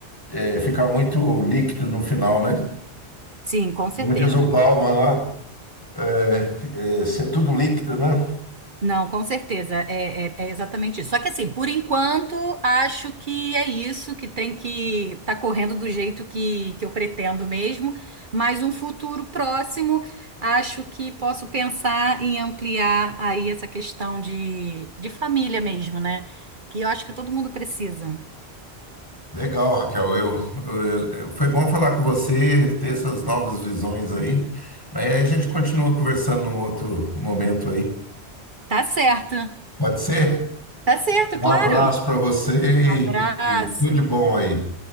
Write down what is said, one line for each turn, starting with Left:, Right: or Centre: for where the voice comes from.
Left: é, ficar muito líquido no final, né?
Right: Sim, com certeza.
Left: Como diz o Bauman lá, é, é, ser tudo líquido, né?
Right: Não, com certeza, é, é- é exatamente isso. Só que assim, por enquanto, acho que é isso, que tem que tá correndo do jeito que, que eu pretendo mesmo, mas um futuro próximo, acho que posso pensar em ampliar aí essa questão de, de família mesmo, né? Que eu acho que todo mundo precisa.
Left: Legal, Raquel. Eu, eu- eu- foi bom falar com você, ter essas novas visões aí. Mas aí a gente continua conversando num outro momento aí.
Right: Tá certo,
Left: Pode ser?
Right: tá certo,
Left: Um
Right: claro.
Left: abraço para você
Right: Abraço.
Left: e, e tudo de bom aí.